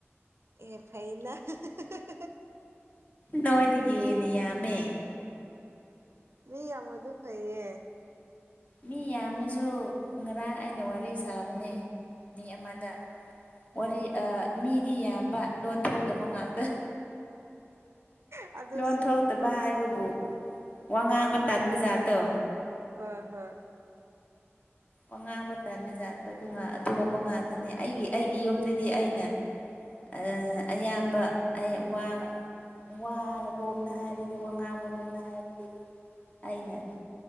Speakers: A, on the right (about 60°); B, on the left (about 30°).
A: ꯑꯦ ꯐꯩꯅ ꯍꯥ ꯍꯥ ꯍꯥ
B: ꯅꯣꯏꯗꯒꯤ ꯍꯦꯟꯅ ꯌꯥꯝꯃꯦ
A: ꯃꯤ ꯌꯥꯝꯕꯗꯨ ꯐꯩꯌꯦ
B: ꯃꯤ ꯌꯥꯝꯂꯖꯨ ꯉꯔꯥꯡ ꯑꯩꯅ ꯋꯥꯔꯤ ꯁꯥꯕꯅꯦ ꯃꯤ ꯑꯃꯗ ꯋꯥꯔꯤ ꯑꯥ ꯃꯤꯗꯤ ꯌꯥꯝꯕ ꯂꯣꯟ ꯊꯣꯛꯇꯕ ꯉꯥꯛꯇ
A: ꯑꯗꯨꯁꯨ
B: ꯂꯣꯟ ꯊꯣꯛꯇꯕ ꯍꯥꯏꯕꯕꯨ ꯋꯥ ꯉꯥꯡꯕ ꯇꯥꯟꯕ ꯖꯥꯠꯇꯣ
A: ꯍꯣꯏ ꯍꯣꯏ
B: ꯑꯣ ꯉꯥꯡꯕ ꯇꯟꯗꯖꯥꯠꯇ꯭ꯔꯗꯨ ꯉꯥ ꯑꯗꯨꯒꯨꯝꯕ ꯉꯥꯛꯇꯅꯦ ꯑꯩꯒꯤ ꯑꯩꯒꯤ ꯌꯨꯝꯗꯗꯤ ꯑꯩꯅ ꯑꯗꯨꯅ ꯑꯌꯥꯝꯕ ꯑꯩ ꯋꯥ ꯋꯥꯔꯣꯝꯗ ꯍꯥꯏꯔꯗꯤ ꯋꯥ ꯉꯥꯡꯕ ꯔꯣꯝꯗ ꯍꯥꯏꯔꯗꯤ ꯑꯩꯅ ꯑꯗꯨ